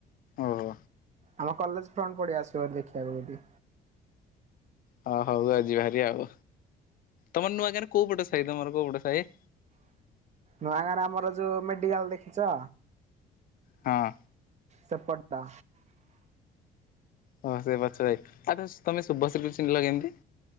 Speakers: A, on the left (about 55°); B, on the right (about 40°).
A: ଓ ହୋ।
B: ଆମ କଲେଜ ଫ୍ରଣ୍ଟ ପଡିଆ ଆସିବ ଦେଖିବାକୁ ଯଦି।
A: ହଁ ହଁ ହଉ ଆଜି ଭାରି ଆଉ ତମର ନୂଆ ଗାଁ କୋଉ ପଟେ ସାହି ତମର କୋଉ ପଟ ସାହି।
B: ନୂଆଗାଁ ରେ ଆମର ଯୋଉ ମେଡିକାଲ ଦେଖିଛ
A: ହଁ
B: ସେପଟ ଟା।
A: ହଁ ସେ ପଛ ଯାଇ ଆରେ ତମେ ଶୁଭଶ୍ରୀ କୁ ଚିହ୍ନିଲ କେମିତି?